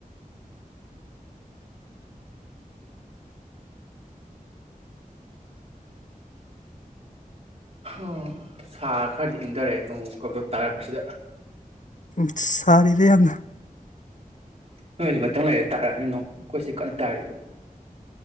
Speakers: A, on the right; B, on the left.
A: ꯑꯣ ꯁꯥ ꯈꯔꯗꯤ ꯏꯪꯗꯔꯦ ꯅꯣꯡ ꯀꯛ ꯀꯛ ꯇꯥꯔꯛꯄꯁꯤꯗ
B: ꯎꯝ ꯁꯔꯤꯗ ꯌꯥꯝꯅ
A: ꯅꯣꯏꯖꯣ ꯉꯥꯇꯪ ꯂꯩꯔꯦ ꯇꯥꯔꯛꯑꯅꯤ ꯅꯣꯡ ꯑꯩꯈꯣꯏꯁꯤ ꯀꯟꯅ ꯇꯥꯔꯤꯕ